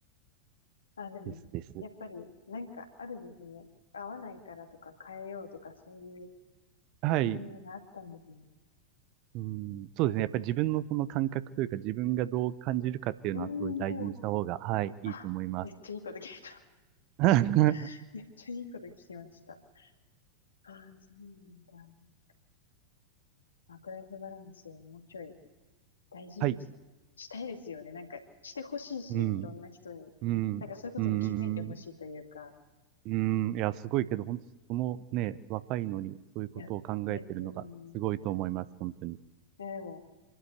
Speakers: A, on the left; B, on the right.
A: あ、でも、
B: ですです。
A: やっぱり、なんか、あるですね。合わないからとか変えようとか、そういう
B: はい。
A: タイミングがあったんですね。
B: うん、そうですね。やっぱり自分のその感覚というか自分がどう感じるかっていうのはすごい大事にした方が、
A: うん、もう、
B: はい、
A: あ、
B: いいと思います。
A: めっちゃいいこと聞いた。
B: <laughs> は
A: <laughs> めっちゃいいこと聞きました。ああ、そうなんだ。ワークライフバランスをもうちょい大事にし、
B: い。
A: したいですよね。なんか、してほしいし、
B: うん、
A: いろんな人に。
B: うん、
A: なんかそういうことに気づいてほしいというか、
B: うん、うん、いや、すごいけど、本当そのね、若いのにそういうことを考えてるのがすごいと思います、
A: いや、いや、うん、い
B: 本当に。
A: やでも、